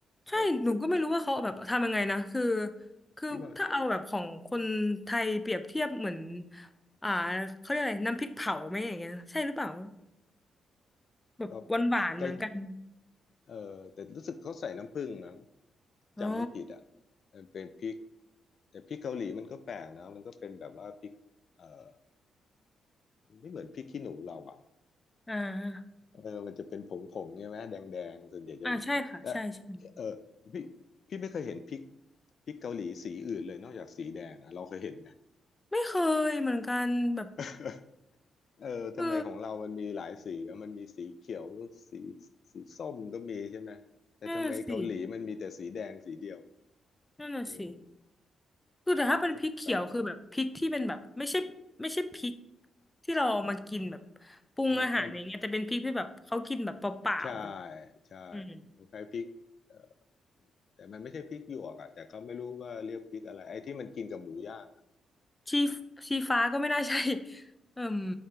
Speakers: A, on the left; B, on the left.
A: ใช่หนูก็ไม่รู้ว่าเขาเอาแบบทำยังไงนะคือ
B: แต่
A: คือถ้าเอาแบบของคนไทยเปรียบเทียบเหมือน
B: พี่ว่ามัน
A: อ่าเขาเรียกอะไรน้ำพริกเผาไหมอย่างเงี้ยใช่หรือเปล่าแบบหวานๆเหมือนกัน
B: ก็ใกล้ เออแต่รู้สึกเขาใส่น้ำผึ้งมั้ง
A: อ๋อ
B: จำไม่ผิดอ่ะมันเป็นพริกแต่พริกเกาหลีมันก็แปลกนะมันก็เป็นแบบว่าพริกเออไม่เหมือนพริกขี้หนูเราอ่ะ
A: อ่า
B: เออมันจะเป็นผงผงใช่ไหมแดงแดงส่วนใหญ่จะเป็นและ
A: อ่าใช่ค่ะใช่ใช่
B: เออพี่พี่ไม่เคยเห็นพริกพริกเกาหลีสีอื่นเลยนอกจากสีแดงอะเราเคยเห็นไหม
A: ไม่เคยเหมือนกันแบบ
B: <laughs> เออทำไมของเรามันมีหลายสีแล้วมันมีสีเขียวสี
A: เออ
B: สีส้มก็มีใช่ไหมแต่ทำไมเกาหลีมันมีแต่สีแดงสีเดียว
A: นั่นน่ะสินั่นน่ะสิ
B: เออ
A: คือแต่ถ้าเป็นพริกเขียวคือแบบพริกที่เป็นแบบไม่ใช่ไม่ใช่พริก
B: มันก็แปลก
A: ที่เราเอามากินแบบปรุงอาหารอะ่รเงี้ยแต่เป็นพริกที่แบบเขากินแบบเปล่าๆอะ
B: ไม่มันใช่ใช่
A: อืม
B: คล้ายๆพริกเอ่อแต่มันไม่ใช่พริกหยวกอ่ะแต่เขาไม่รู้ว่าเรียกพริกอะไรไอ้ที่มันกินกับหมูย่างอ่ะ
A: ชีชีฟ้าก็ไม่น่าใช่เอิ่ม